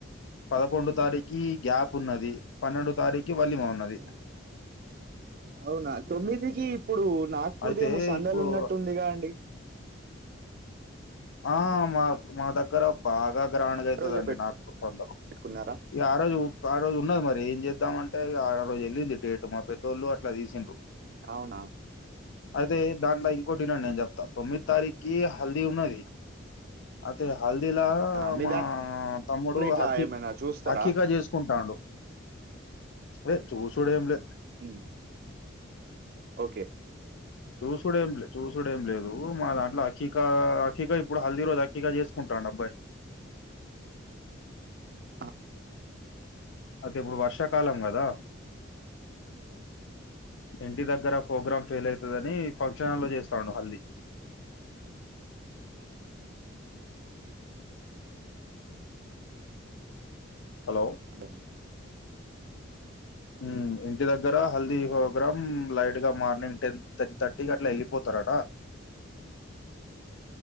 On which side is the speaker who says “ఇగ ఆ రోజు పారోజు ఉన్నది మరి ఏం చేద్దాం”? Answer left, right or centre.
Left